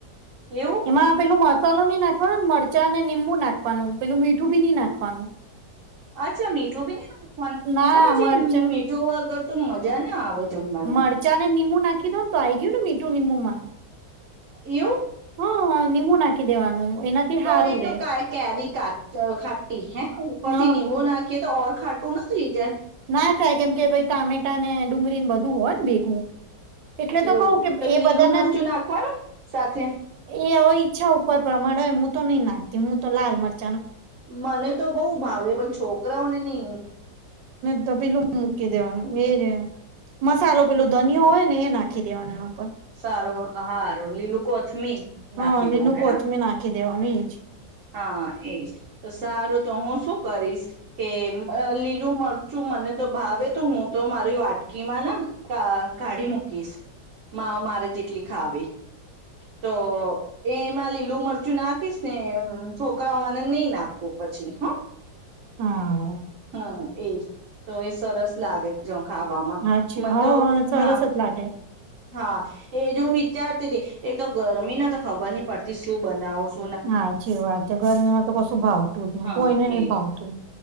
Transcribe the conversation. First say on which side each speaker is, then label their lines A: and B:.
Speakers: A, on the right; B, on the right.
A: એવું
B: એમાં પેલું મોત મસાલ નહી નાખવાનો મરચા અને નિબુ નાખવાનું પેલું મીઠું બી નહ નાખવાનું.
A: અચ્છા મીઠું બી નાખવાનું
B: ના
A: તો પછી
B: મરચન
A: મીઠું વગર તો મજા ના આવે. જમવાનું
B: મરચા ને નિમુ નાખી દો ને તો આ આવી ગયું ને મીઠ સુું નિમુમાં.
A: એવું?
B: હ નિંમુ નાખી દેવાનું. એનાથી
A: તો
B: હારું
A: એ તો
B: રે
A: ક ક દ કા ખાટી હે ઉપરથી
B: હ
A: નિમબુ નાખીએ તો ખાટું ના થઈ જાય?
B: ના થાય કેમ કે ભાઈ ટામેટા ને ડુંગળીને બધું હોય ને ભેગું. એટલે તો
A: એવું
B: કવું કે
A: તો
B: એ
A: લીલું
B: બધાને,
A: મરચું નાખવાનું સાથે
B: એ હ ઈચ્છા ઉપર પ્રમાણે હોય હું તો નહી નાખતી હું તો લાલ મર
A: મને તો બહુ ભાવે પણ છોકરાઓને નહિ
B: તો પેલું મૂકી દેવાનું એ મસાલો પેલો ધનયો હોય ને એ નાખી દેવાનો એનો.
A: સારું. હા. રોલીલું <unintelligible> મી
B: હા
A: નાખી
B: લીલું
A: દઉં હેના.
B: કોથમીર નાખી દેવાનું એજ
A: હા એજ તો સારું. તો હું શું કરીશ કે, લીલું મરચું મને તો ભાવે તો હું તો મારી વાટકીમાં ના કાઢી મૂકીશ. મા મારે જેટલી ખાવી તો એ એમાં લીલું મરચું નાખીશ, ને છોકરાઓમાંને નહી નાખવું પછી હ
B: હા
A: હા એજ. તો એ સરસ લાગે જ. ખાવામાં
B: સાચી
A: મને
B: હ
A: તો
B: સરસ
A: હા
B: જ લાગે
A: હા એજ હું વિચારતી હતી, એક તો ગરમીને તો ખબર નહ પડતી શું બનાવ છ?
B: હાચી વાત ગરમીમાં તો કશું ભાવતું જ નહી,
A: હા
B: કોઈને
A: એજ
B: નહી ભાવતું.